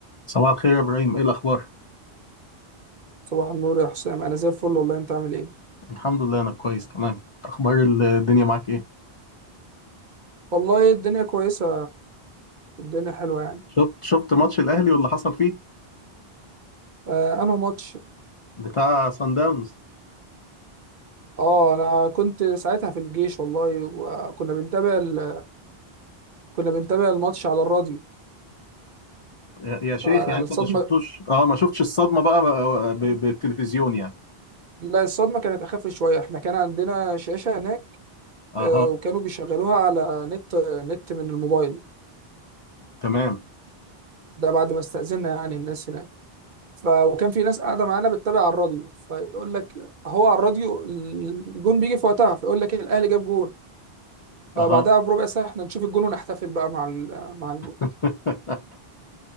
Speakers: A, on the left (about 45°); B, on the right (about 55°).
A: صباح الخير يا ابراهيم ايه الاخبار
B: صباح النور يا حسام انا زي الفل والله انت عامل ايه
A: الحمد لله انا كويس تمام اخبار الدنيا معاك ايه
B: والله الدنيا كويسه الدنيا حلوه يعني
A: شفت شفت ماتش الاهلي واللي حصل فيه
B: آه انا ماتش
A: بتاع سان داونز
B: اه انا كنت ساعتها في الجيش والله وكنا بنتابع ال... كنا بنتابع الماتش على الراديو
A: يا يا شيخ
B: فالصدمه
A: يعني انت ما شفتوش اه ما شفتش الصدمه بقى ب- بالتلفزيون يعني
B: لا الصدمه كانت اخف شويه احنا كان عندنا شاشه هناك
A: اها
B: آه وكانوا بيشغلوها على نت نت من الموبايل
A: تمام
B: ده بعد ما استأذنا يعني الناس هناك ف... وكان في ناس قاعده معانا بتتابع على الراديو فيقول لك هو على الراديو الجون بيجي في وقتها فيقول لك الاهلي جاب جون
A: اها
B: فبعدها بربع ساعة احنا نشوف الجون ونحتفل بقى مع ال- مع الجون
A: <laughs>